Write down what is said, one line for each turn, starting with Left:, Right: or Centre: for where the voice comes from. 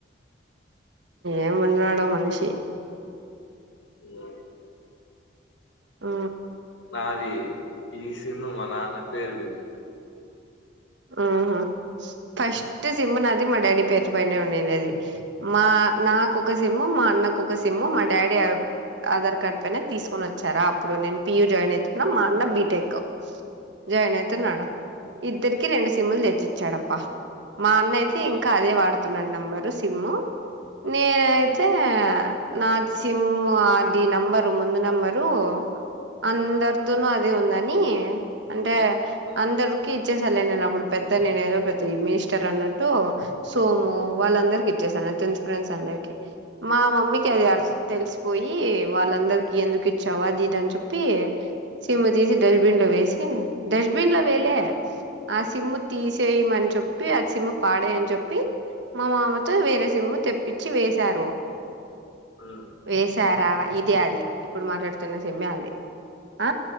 Right: ఎంవున్నాడో మనిషి
Left: ఉ
Right: ఆ
Left: నాది ఈ సిమ్ మా నాన్న పేరు మీది
Right: ఆహ ఫస్ట్ సిమ్ నాది మా డాడీ పేరు పైనే ఉండిందది మా నాకొక సిమ్ము మా అన్నకొక సిమ్ము మా డాడీ అప్ ఆధార్ కార్డ్ పైన తీసుకొనోచ్చారా అప్పుడు నేను పియుూ జాయిన్ అయితున్నా మా అన్న బీటెక్ జాయిన్ అయితున్నాడా
Left: హ్మ్
Right: త్తేరికి రెండు సిమ్ముల్ తెచ్చిచ్చాడప్ప మా అన్నయ్ తి
Left: హ్మ్
Right: ఇంకా అదే వాడుతున్నాడ్ నెంబరు సిమ్ము నేనైతే
Left: హ్మ్
Right: నా సిమ్ అది నెంబరు ముందు నెంబరు అందరితోనూ
Left: హ్మ్
Right: అద్ దే ఉందని అంటే
Left: హ్మ్
Right: అందరికి ఇచ్చేసలేే నేను అప్పుడు పెద్ద నేను ఏదో పెద్ద ఈ మినిస్టర్ అన్నట్టు సోము వాళ్ళందరికి
Left: హ్మ్
Right: ఇచ్చేసాన్ న తెన్త్ ఫ్రెండ్స్ అందరికి మా మమ్మీకి అది అర్స్ తెలిసిపోయి వాళ్ళందరికి ఎందుకు ఇచ్చావ్ అద్ ఇద్ అన్ చెప్పి సిమ్ తీసి డన్
Left: హ్మ్
Right: బిన్ లో వేసి డస్ట్బిన్ లో వేలే
Left: హ్మ్
Right: ఆ సిమ్ము తీసేయమన్ చెప్పి ఆ సిమ్ పాడేయ్ అన్ చెప్పి మా మామతో వేరసిమ్ము తెప్పిచి వేశారు
Left: హ్మ్ హ్మ్ హ్మ్
Right: వేశారా ఇదే అది ఇప్పుడు మాట్లాడుతున్న సిమ్మే అది ఆ